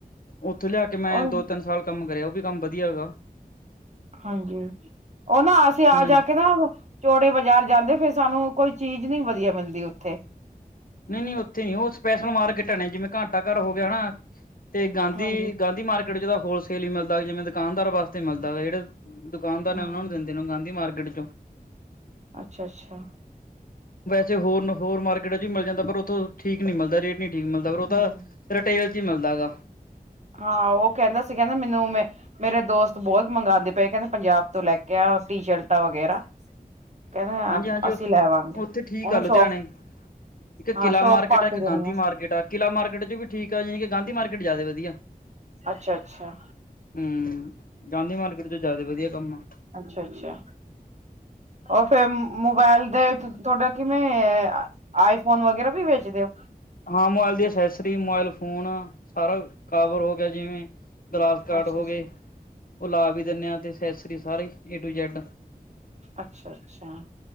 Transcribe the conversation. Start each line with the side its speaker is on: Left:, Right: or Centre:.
Left: ਉੱਥੋਂ ਲ਼ਿਆ ਕੇ ਮੈਂ
Right: ਉਹ
Left: ਦੋ -ਤਿੰਨ ਸਾਲ ਕੰਮ ਕਰਿਆਂ, ਉਹ ਵੀ ਕੰਮ ਵਧੀਆਂ ਹੈਗਾ।
Right: ਹਾਂਜੀ, ਉਹ ਨਾ ਅਸੀਂ ਆ
Left: ਹੁਣ
Right: ਜਾ ਕੇ ਨਾ ਚੌੜੇ ਬਾਜ਼ਾਰ ਜਾਂਦੇ, ਫਿਰ ਸਾਨੂੰ ਕੋਈ ਚੀਜ਼ ਨੀ ਵਧੀਆ ਮਿਲਦੀ ਉੱਥੇ
Left: ਨਹੀਂ -ਨਹੀਂ ਉੱਥੇ ਨੀ ਉਹ ਸਪੈਸ਼ਲ ਮਾਰਕੀਟ ਐ ਨਾ ਜਿਵੇਂ ਘੰਟਾ ਘਰ ਹੋ ਗਿਆ ਨਾ ਤੇ ਗਾਂਧੀ-
Right: ਹਾਂਜੀ
Left: ਗਾਂਧੀ ਮਾਰਕੀਟ ਚ ਜਾਦਾ ਹੋਲਸੇਲ ਹੀ ਮਿਲਦਾ ਜਿਵੇਂ ਦੁਕਾਨਦਾਰ ਵਾਸਤੇ ਮਿਲਦਾ ਹੈਗਾ ਜਿਹੜੇ ਦੁਕਾਨਦਾਰ
Right: ਹਾਂ
Left: ਨੇ ਉਹਨਾ ਨੂੰ ਦਿੰਦੇ ਨੇ ਉਹ ਗਾਂਧੀ ਮਾਰਕੀਟ ਚੋਂ
Right: ਅੱਛਾ -ਅੱਛਾ।
Left: ਤੇ ਹੋਰ ਨੂ ਹੋਰ ਮਾਰਕੀਟ ਚ ਵੀ ਮਿਲ ਜਾਂਦਾ, ਪਰ ਉੱਥੋਂ ਠੀਕ ਨੀ ਮਿਲਦਾ ਰੇਟ ਨੀ ਠੀਕ ਮਿਲਦਾ ਪਰ ਉਹ ਤਾਂ
Right: ਹਾਂ
Left: ਰਿਟੇਲ ਚ ਈ ਮਿਲਦਾ ਹੈਗਾ
Right: ਹਾਂ, ਉਹ ਕਹਿੰਦਾ ਸੀਗਾ ਨਾ ਮੈਂਨੂੰ ਉਮੇ ਮੇਰੇ ਦੋਸਤ ਬਹੁਤ ਮੰਗਾਦੇ ਪਏ, ਕਹਿੰਦੇ ਪੰਜਾਬ ਤੋਂ ਲੈ ਕੇ ਆ ਟੀ- ਸ਼ਰਟਾਂ ਵਗੈਰਾ ਕਹਿੰਦੇ
Left: ਹਾਂਜੀ -ਹਾਂਜੀ
Right: ਅਸੀਂ
Left: ਉ,
Right: ਲੈਵਾਂਗੇ
Left: ਉੱਥੇ ਠੀਕ
Right: ਉਹਨੂੰ
Left: ਆ ਲੁਧਿਆਣੇ
Right: ਸ਼ੋਪ
Left: ਇੱਕ
Right: ਹਾਂ
Left: ਕਿੱਲਾ
Right: ਸ਼ੋਪ
Left: ਮਾਰਕੀਟ
Right: ਪਾ
Left: ਆ ਇੱਕ
Right: ਕੇ
Left: ਗਾਂਧੀ
Right: ਦੇਣੀ
Left: ਮਾਰਕੀਟ ਆ ਕਿੱਲਾ ਮਾਰਕੀਟ ਚ ਵੀ ਠੀਕ ਆ ਜੀ, ਲ਼ੇਕਿਨ ਗਾਂਧੀ ਮਾਰਕੀਟ ਜ਼ਿਆਦੇ ਵਧੀਆਂ।
Right: ਅੱਛਾ -ਅੱਛਾ।
Left: ਹੂੰ, ਗਾਂਧੀ ਮਾਰਕੀਟ ਚ ਜ਼ਿਆਦੇ ਵਧੀਆਂ ਕੰਮ ਆ
Right: ਅੱਛਾ -ਅੱਛਾ। ਓਰ ਫਿਰ ਮੋਬਾਇਲ ਤੇ ਤੁਹਾਡਾ ਕਿਵੇਂ ਐ ਆਈਂ ਫ਼ੋਨ ਵਗ਼ੈਰਾ ਵੀ ਵੇਚਦੇ ਔ
Left: ਹਾਂ ਮੋਬਾਇਲ ਦੀ ਅਸੈਸਰੀ, ਮੋਬਾਇਲ ਫ਼ੋਨ ਸਾਰਾਂ ਕਵਰ ਹੋ ਗਿਆਂ ਜਿਵੇਂ ਗਲਾਸ ਗਾਰਡ
Right: ਅੱਛਾ
Left: ਹੋਗੇ,
Right: ਅੱਛਾ
Left: ਉਹ ਲਾ ਵੀ ਦਿੰਨੇ ਆਂ ਤੇ ਅਸੈਸਰੀ ਸਾਰੀ ਏ ਟੂ ਜੈਡ
Right: ਅੱਛਾ- ਅੱਛਾ।